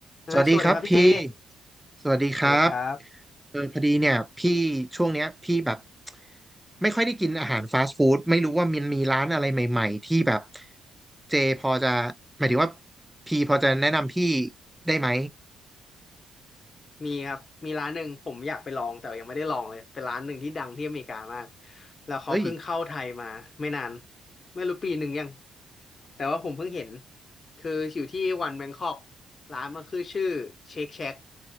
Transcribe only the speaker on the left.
อ่าสวัสดีครับพี่เจ
สวัสดีครับ
มีครับมีร้านหนึ่งผมอยากไปลองแต่ยังไม่ได้ลองเลยเป็นร้านหนึ่งที่ดังที่อเมริกามากแล้วเขาเพิ่งเข้าไทยมาไม่นาน
ไม่รู้ปีหนึ่งยังแต่ว่าผมเพิ่งเห็นคืออยู่ที่วันแบงคอกร้านมันคือชื่อเชคแช a ก